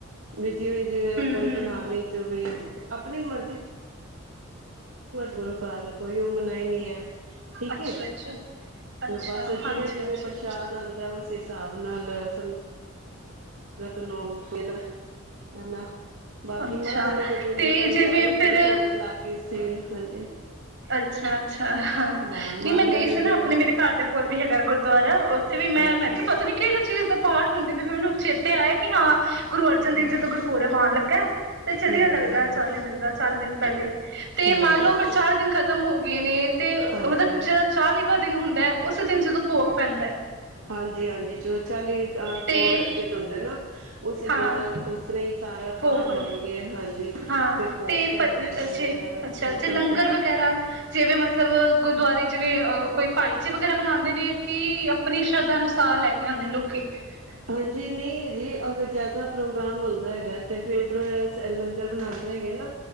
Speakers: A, on the right; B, on the right.
A: ਵੀ ਜਿਵੇਂ -ਜਿਵੇਂ
B: ਹਮ
A: ਕੋਈ
B: ਹਮ
A: ਬਣਾਣੇ ਆਪਣੀ ਮਰਜ਼ੀ ਗੁਰੂ ਘਰ ਕੋਈ ਮਨਾਹੀ ਨਹੀਂੀ ਹੈ। ਠੀਕ
B: ਅੱਛਾ
A: ਏ
B: ਅੱਛਾ ਅੱਛਾ
A: ਤੇ ਬਸ
B: ਹਾਂਜੀ
A: ਜਿਵੇਂ -ਜਿਵੇਂ
B: ਹਾਂਜੀ
A: ਪ੍ਰਸ਼ਾਦ ਆਦ ਤੇ ਉਸੇ ਹਿਸਾਬ ਨਾਲ ਸੰ ਅਤ ਨੋ ਕੇ ਨਾ <unintelligible> ਹੈਨਾ ਬਾਕੀ
B: ਅੱਛਾ
A: ਮਧ ਵਾਲੇ ਦੇ ਦਿਨ
B: ਤੇ
A: ਥੋੜ੍ਹੀ
B: ਜਿਵੇਂ
A: ਜਿਆਦਾ ਹੀ
B: ਫਿਰ
A: ਬੜੀ ਰੌਣਕ ਲੱਗ ਗਈ ਸੀ। ਹਾਂਜੀ।
B: ਅੱਛਾ, ਅੱਛਾ ਨਹੀਂ
A: ਹਾਂ ਮੱਧ
B: ਮੈਂ
A: ਵਾਲੇ
B: ਗਈ ਸੀ
A: ਦਿਨ
B: ਨਾ ਆਪਣੇ ਮੇਰੇ ਘਰ ਦੇ ਕੋਲ ਵੀ ਹੈਗਾ ਗੁਰਦੁਆਰਾ ਵੀ ਮੈਂ
A: ਅੱਛਾ
B: ਮੈਂ ਕਿਹਾ ਪਤਾ ਨੀ ਕਿਹੜੇ ਚੀਜ਼ ਦਾ ਪਾਠ ਹੁੰ ਵੀ ਮੈਨੂੰ ਚੇਤੇ ਆਇਆ ਕਿ ਹਾਂ ਗੁਰੂ ਅਰਜਨ ਦੇਵ
A: ਹਾਂ
B: ਜੀ ਦਾ ਗੁਰਪੁਰਬ ਆਣ ਲੱਗਾ ਤੇ ਚਲੀਆ
A: ਹੂੰ
B: ਲਗਦਾ ਚਾਲੀ ਦਿਨ ਦਾ ਚਾਲੀ ਦਿਨ ਪਹਿਲੇ ਤੇ
A: ਹੂੰ
B: ਮੰਨ ਲਓ ਫੇਰ ਚਾਲੀ ਦਿਨ ਖ਼ਤਮ ਹੋ ਗਏ ਨੇ ਤੇ ਅ
A: ਹਾਂਜੀ
B: ਮਤਲਬ ਚਾਲੀਵਾ ਦਿਨ ਹੁੰਦਾ ਐ ਉਸੇ ਦਿਨ ਜਦੋਂ ਭੋਗ ਪੈਂਦੈ
A: ਹਾਂਜੀ ਹਾਂਜੀ ਜੋ ਚਾਲੀ
B: ਤੇ
A: ਪੂਰਾ ਦਿਨ ਹੁੰਦਾ ਨਾ ਉਸੇ
B: ਹਾਂ
A: ਦਿਨ ਉਸ ਤਰ੍ਹਾਂ ਹੀ ਸਾਰੇ
B: ਭੋਗ
A: ਪਾਠ ਹੋਣਗੇ ਹਾਂਜੀ
B: ਹਾਂ
A: ਫੇਰ ਭੋਗ
B: ਤੇ
A: ਪੈਂਦੇ
B: ਪਰ
A: ਹੈਗੇ ਹਨ
B: ਜੇ ਅੱਛਾ ਜੇ
A: ਲੰਗਰ
B: ਵਗੈਰਾ ਜਿਵੇਂ ਮਤਲਬ ਗੁਰਦੁਆਰੇ ਜਿਵੇਂ ਕੋਈ ਭਾਈਚੇ ਵਗੈਰਾ ਬਣਾਂਦੇ ਨੇ ਕਿ ਆਪਣੀ ਸ਼ਰਧਾ ਅਨੁਸਾਰ ਲੈ ਕੇ ਆਂਦੇ ਨੇ ਲੋਕੀ <inaudible>
A: ਹਾਂਜੀ ਨਹੀਂ ਜੀ ਅਗਰ ਜ਼ਿਆਦਾ ਪ੍ਰੋਗਰਾਮ ਹੁੰਦਾ ਹੈਗਾ ਤੇ ਫੇਰ ਲੰਗਰ ਬਣਾਂਦੇ ਹੈਗੇ ਨਾ